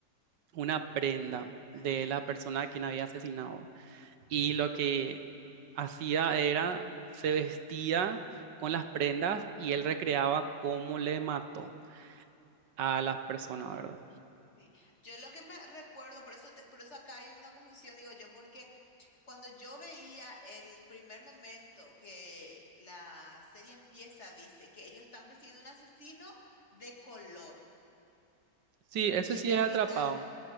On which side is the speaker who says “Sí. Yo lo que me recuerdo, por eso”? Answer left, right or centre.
Left